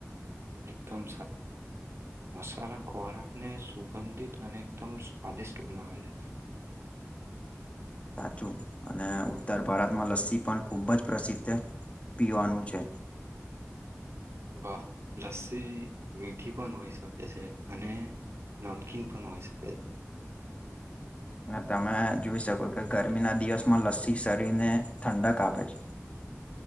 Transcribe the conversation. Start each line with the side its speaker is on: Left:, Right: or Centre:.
Right: એકદમ સા ખોરાકને સુગંધિત અને એકદમ સ્વાદિષ્ટ બનાવે
Left: સાચું અને ઉત્તર ભારતમાં લસ્સી પણ ખુબ જ પ્રસિદ્ધ. પીવાનું છે.
Right: વાહ લસ્સી મીઠી પણ હોઈ શકે છે, અને નમકીન પણ હોઈ શકે.
Left: <inaudible> અને તમે જોઈ શકો કે ગરમીના દિવસમાં લસ્સી શરીરને ઠંડક આપે છે. <inaudible>